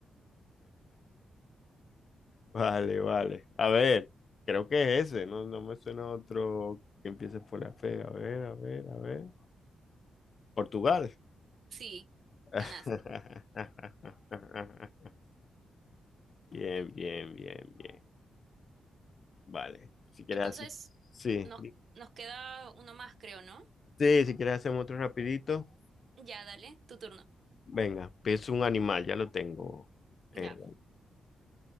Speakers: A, on the left; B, on the right.
A: Vale, vale. A ver, creo que es ese. No, no me suena otro que empiece por la P. A ver, a ver, a ver. Portugal.
B: Sí,
A: <laughs>
B: ganaste.
A: Bien, bien, bien, bien. Vale. Si quieres
B: Entonces,
A: hacer. Sí.
B: nos, nos queda uno más, creo, ¿no?
A: Sí, si quieres hacemos otro rapidito.
B: Ya, dale, tu turno.
A: Venga, es un animal, ya lo tengo. Eh,
B: Ya.